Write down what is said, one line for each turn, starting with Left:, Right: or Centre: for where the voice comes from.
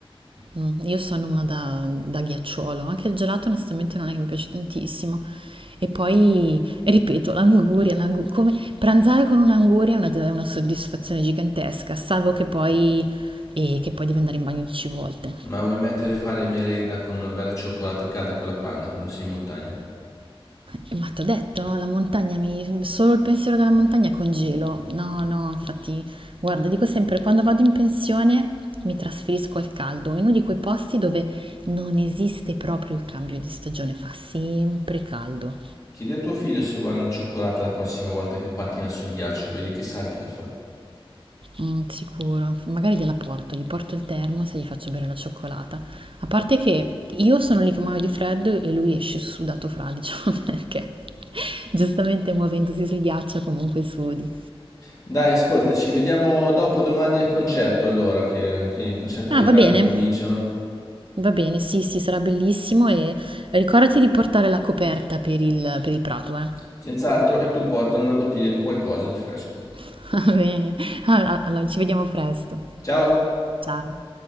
Right: Mm, Io sono una da, da ghiacciolo, anche il gelato onestamente non è che mi piace tantissimo. E poi, ripeto, l'anguria, l'angu- come pranzare con un'anguria è una, è una soddisfazione gigantesca, salvo che poi, e che poi devi andare in bagno dieci volte.
Left: Ma vuoi mettere a fare merenda con una bella cioccolata calda con la panna quando sei in montagna?
Right: Eh, Ma t'ho detto, la montagna mi... solo il pensiero della montagna congelo. No, no, infatti, guarda, dico sempre, quando vado in pensione mi trasferisco al caldo, in uno di quei posti dove non esiste proprio il cambio di stagione, fa sempre caldo.
Left: Chiedi a tuo figlio se vuole una cioccolata la prossima volta che pattina sul ghiaccio, vedi che salti che fa.
Right: Mm, sicuro, magari gliela porto, gli porto il termos e gli faccio bere la cioccolata. A parte che io sono lì che muoio di freddo e lui esce sudato fradicio, <laughs> perché giustamente muovendosi sul ghiaccio comunque sudi.
Left: Dai, ascolta, ci vediamo dopo domani al concerto allora, che, che i concerti
Right: Ah,
Left: all'aperto
Right: va bene,
Left: cominciano.
Right: Va bene, sì, sì, sarà bellissimo e ricordati di portare la coperta per il, per il prato, eh.
Left: Senz'altro, e tu porta una bottiglia di qualcosa di fresco.
Right: <laughs> Va bene, allora allora, ci vediamo presto.
Left: Ciao!
Right: Ciao.